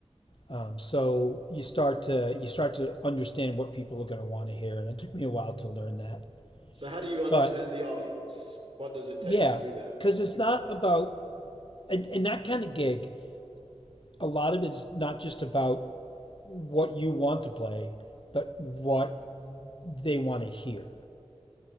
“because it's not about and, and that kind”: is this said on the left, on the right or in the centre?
Left